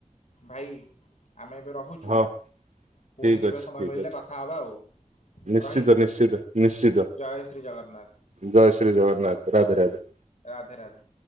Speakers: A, on the left; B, on the right.
A: ଭାଇ ଆମେ ଏବେ ରହୁଛୁ।
B: ହଁ
A: ପୁଣି
B: ଠିକ୍
A: କେବେ
B: ଅଛି
A: ସମୟ
B: ଠିକ୍
A: ମିଳିଲେ
B: ଅଛି
A: କଥା ହବା ଆଉ।
B: ନିଶ୍ଚିତ
A: ରହିଲ
B: ନିଶ୍ଚିତ ନିଶ୍ଚିତ
A: ଜୟ ଶ୍ରୀ ଜଗନ୍ନାଥ।
B: ଜୟ ଶ୍ରୀ ଜଗନ୍ନାଥ ରାଧେ ରାଧେ।
A: ରାଧେ ରାଧେ।